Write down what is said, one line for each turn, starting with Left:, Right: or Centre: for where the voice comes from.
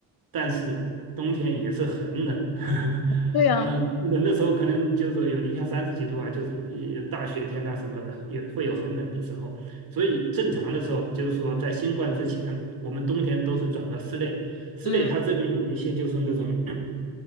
Right: 但是冬天也是很冷，<laughs>
Left: 对啊，
Right: 嗯，冷的时候可能就是说有零下三十几度啊，就是一大雪天呐、什么的，也会有很冷的时候。所以正常的时候，就是说在新冠之前，我们冬天都是转到室内，室内它这边有一些就是那种。
Left: 嗯，